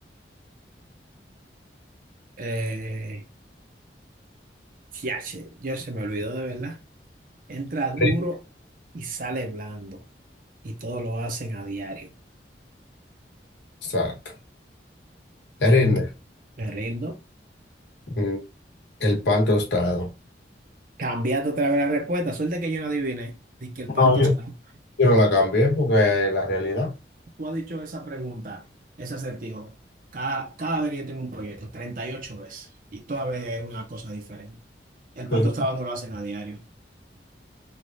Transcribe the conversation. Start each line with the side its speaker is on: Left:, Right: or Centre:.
Right: eh, fiache, yo se me olvidó de verdad. Entra duro
Left: Sí.
Right: y sale blando. Y todo lo hacen a diario.
Left: Exacto. Te rinde.
Right: Me rindo.
Left: Mm, El pan tostado.
Right: Cambiate otra vez la respuesta. Suerte que yo no adiviné. Dice que el
Left: No,
Right: pan tostado.
Left: yo, yo no la cambié porque es la realidad.
Right: Tú has dicho esa pregunta, ese acertijo, cada, cada vez que yo tengo un proyecto, 38 veces, y toda vez es una cosa diferente. El
Left: <laughs>
Right: pan tostado no lo hacen a diario,